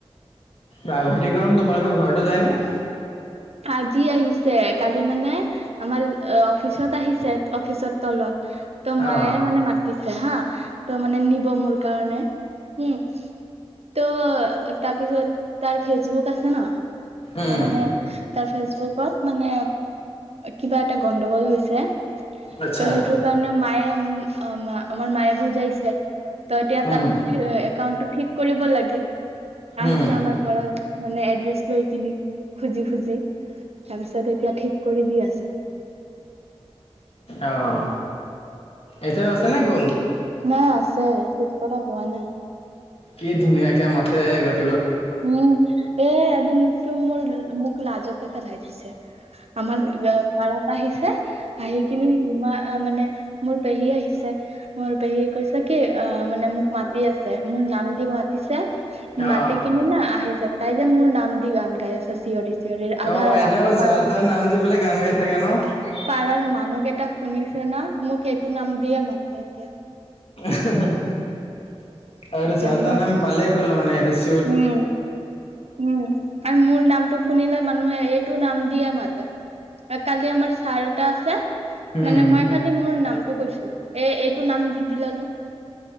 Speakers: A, on the left (about 65°); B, on the right (about 70°).
A: বা ভতি গৰম তোমাৰোকো ঘৰতো যায় নে?
B: আজি আহিছে কালি মানে আমাৰ অফিচত আহিছে অফিচৰ তলত। ত মায়ে
A: আহ
B: মানে মাতিছে। হা ত মানে নিব মোৰ কাৰণে উম ত তাৰপিছত তাৰ ফেচবুক আছে ন।
A: উম
B: ত মানে ফেচবুকত মানে কিবা এটা গণ্ডগোল হৈছে
A: আচ্ছা
B: ত' সেইটোৰ কাৰণে মায়ে আমাৰ মায়ে বুজাইছে ত এতিয়া তাৰ
A: উম
B: একাউন্টটো ঠিক কৰিব লাগে, আহিছে
A: উম
B: আমাৰ ঘৰত। মানে এড্ৰেছ লৈ কিনি খুজি খুজি তাৰপিছত এতিয়া ঠিক কৰি দি আছে।
A: আহ্! এতিয়া আছে নে গ'ল?
B: না আছে ঠিক কৰা হোৱা নাই।
A: কি ধুনীয়াকে মাতে ঘৰ
B: <unintelligible> তো মোৰ মোক লাজতে পেলাই দিছে। আমাৰ পাৰাত আহিছে আহি কিনি ইমা মানে মোৰ পেহী আহিছে মোৰ পেহীয়ে কৈছে কি অ মানে মোক মাতি আছে মোৰ নাম দি মাতিছে। মাটিক
A: অ
B: আহিছে তাই যে মোৰ নাম দি গান গাই আছে চিঞৰি।। আধা
A: অ
B: ৰাস্তা
A: এনেও
B: পাৰা
A: যাৰ তাৰ নাম দি পেলাই গান গাই থাকে ন।
B: পাৰাৰ মানুহ কেইটা শুনিছে না মোক এইটো নাম দিয়ে মাতে এতিয়া।
A: <unintelligible> আৰু
B: এতিয়া
A: যা-তা
B: মোক
A: নাম পালেই হ'ল মানে ৰিচ
B: উম। উম । আৰু মোৰ নামটো শুনিলা মানুহে এইটো নাম দিয়ে মাতে । কালি আমাৰ ছাৰ এটা আছে।
A: উম
B: মানে মই খালি মোৰ নাম তো কৈছোঁ । এ- এইটো নাম দি দিলে ন'।